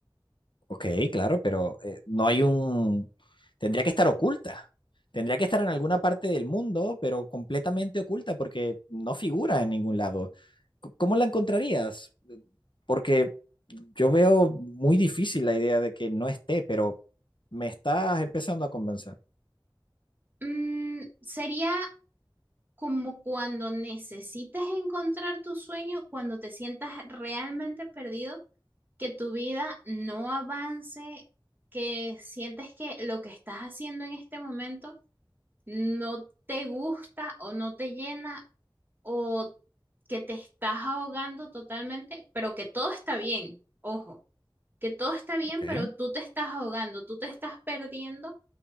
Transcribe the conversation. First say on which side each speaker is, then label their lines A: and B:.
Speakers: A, on the left; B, on the right.
A: ok, claro, pero eh, no hay un... Tendría que estar oculta. Tendría que estar en alguna parte del mundo, pero completamente oculta porque no figura en ningún lado. C- ¿Cómo la encontrarías? Porque yo veo muy difícil la idea de que no esté, pero me estás empezando a convencer.
B: Mm, sería como cuando necesites encontrar tu sueño, cuando te sientas realmente perdido, que tu vida no avance, que sientes que lo que estás haciendo en este momento no te gusta o no te llena o que te estás ahogando totalmente, pero que todo está bien, ojo, que todo está bien,
A: Ok.
B: pero tú te estás ahogando, tú te estás perdiendo